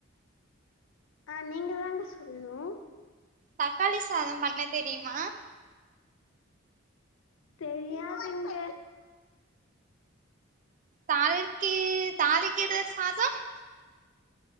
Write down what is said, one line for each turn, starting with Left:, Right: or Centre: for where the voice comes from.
Left: ஆ நீங்க தாங்க சொல்ணோ
Right: தக்காளி சாதோ பண்ண தெரியுமா
Left: தெரியாதுங்க
Right: தாளிக்கி தாளிக்கிற சாதம்